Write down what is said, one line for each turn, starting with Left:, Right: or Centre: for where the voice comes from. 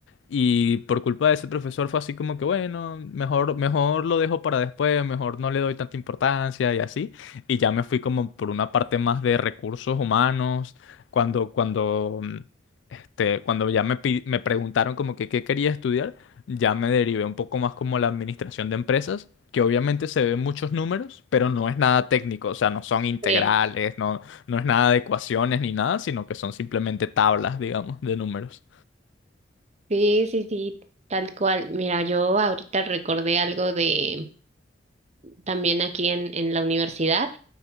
Left: y por culpa de ese profesor fue así como que, bueno, mejor, mejor lo dejo para después, mejor no le doy tanta importancia y así, y ya me fui como por una parte más de recursos humanos cuando, cuando, mm, este, cuando ya me, pi- me preguntaron como que qué quería estudiar, ya me derivé un poco más como la administración de empresas, que obviamente se ven muchos números, pero no es nada técnico, o sea, no son integrales,
Right: sí.
Left: no, no es nada de ecuaciones ni nada, sino que son simplemente tablas, digamos, de números.
Right: Sí, sí, sí, sí, tal cual. Mira, yo ahorita recordé algo de también aquí en, en la universidad.